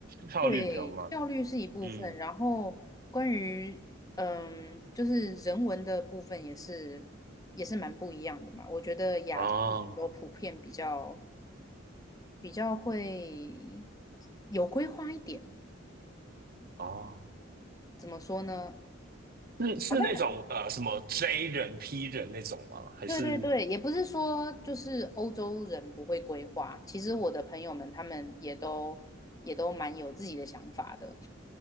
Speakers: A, on the right; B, on the left.
A: 效率比较慢。
B: 对，效率是一部分，
A: 嗯，
B: 然后关于嗯，就是人文的部分也是也是蛮不一样的嘛。我觉得亚洲人都普遍比较
A: 哦
B: 比较会有规划一点，
A: 哦，
B: 怎么说呢？
A: 是是那种呃什么
B: 好像。
A: J 人 P 人那种吗？还是
B: 对对对，也不是说就是欧洲人不会规划，其实我的朋友们他们也都也都蛮有自己的想法的。